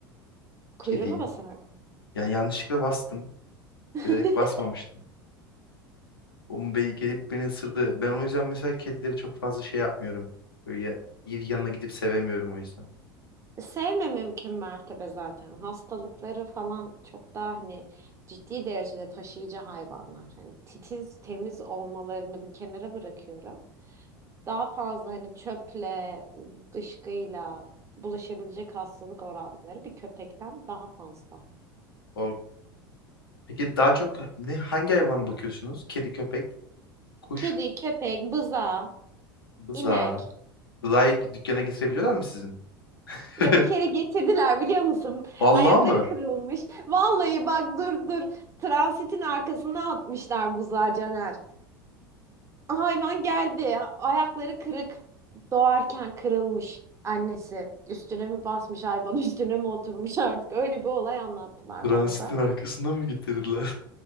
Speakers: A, on the right; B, on the left.
A: Kuyruğuna
B: kediyi.
A: basar
B: Yani yanlışlıkla bastım.
A: <laughs>
B: Bilerek basmamıştım. O mu be gelip beni ısırdı. Ben o yüzden mesela kedileri çok fazla şey yapmıyorum. Böyle ya- yanına gidip sevemiyorum o yüzden.
A: Sevme mümkün mertebe zaten. Hastalıkları falan çok daha hani ciddi derecede taşıyıcı hayvanlar. Hani titiz, temiz olmalarını bir kenara bırakıyorum. Daha fazla hani çöple, dışkıyla bulaşabilecek hastalık oranları bir köpekten daha fazla.
B: O... Peki daha çok ne hangi hayvana bakıyorsunuz? Kedi, köpek, kuş,
A: Kedi, köpek, bıza,
B: bıza.
A: inek.
B: Bızayı dükkana getirebiliyorlar mı sizin? <laughs>
A: Ya bir kere getirdiler biliyor musun?
B: Vallahi
A: Ayakları
B: mı?
A: kırılmış. Vallahi bak dur dur. Transitin arkasına atmışlar buzağı Caner. Hayvan geldi. Ayakları kırık. Doğarken kırılmış. Annesi üstüne mi basmış hayvan? <laughs> üstüne mi oturmuş artık öyle bir olay anlattılar
B: Transitin
A: bana da.
B: arkasından mı getirdiler?